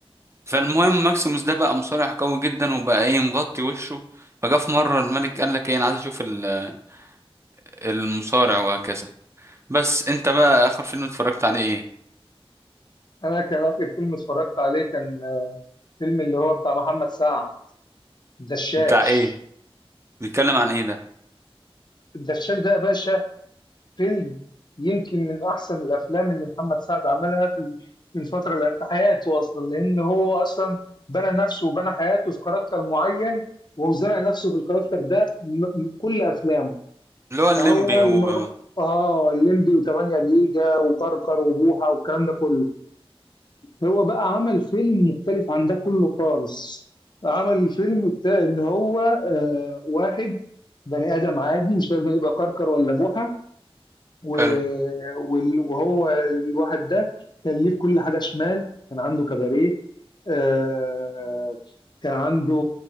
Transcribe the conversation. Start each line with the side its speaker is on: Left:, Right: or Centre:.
Right: فالمهم ماكسيموس ده بقى مصارع قوي جدا وبقى ايه مغطي وشه فجاء في مرة الملك قال لك ايه انا عايز اشوف ال- المصارع وهكذا بس انت بقى اخر فيلم اتفرجت عليه ايه
Left: انا كان اخر فيلم اتفرجت عليه كان آه، فيلم اللي هو بتاع محمد سعد الدشاش
Right: بتاع ايه بيتكلم عن ايه ده
Left: الدشاش ده يا باشا فيلم يمكن من احسن الافلام اللي محمد سعد عملها في في الفتره اللي في حياته اصلا لان هو اصلا بنى نفسه وبنى حياته في كاركتر معين وزرع نفسه في الكاركتر ده م- م- كل افلامه
Right: اللي هو الليمبي
Left: فهو المر
Right: و
Left: اه الليمبي و8 جيجا وكركر وبوحه والكلام ده كله هو بقى عمل فيلم مختلف عن ده كله خالص عمل الفيلم بتاع ان هو آه واحد بني ادم عادي مش لازم يبقى كركر ولا بوحه و-
Right: حلو
Left: وال- وهو الواحد ده كان ليه في كل حاجه شمال كان عنده كباريه آه كان عنده